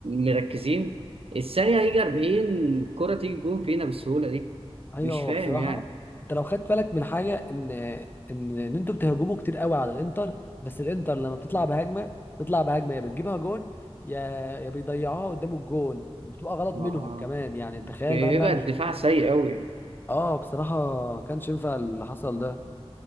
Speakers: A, on the right; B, on the left.
A: مركزين الثانية هيجي 40 كرة تيجي جون فينا بالسهولة دي
B: ايوه
A: مش
B: هو
A: فاهم
B: بصراحه
A: يعني
B: انت لو خدت بالك من حاجه ان ان ان انتوا بتهاجموا كتير قوي على الانتر بس الانتر لما بتطلع بهجمه بتطلع بهجمه يا بتجيبها جون يا يا بيضيعوها قدام الجون بتبقى غلط
A: ما
B: منهم كمان يعني تخيل
A: بيبقى
B: بقى انها مش
A: الدفاع سيء أوي
B: اه بصراحه كانش ينفع اللي حصل ده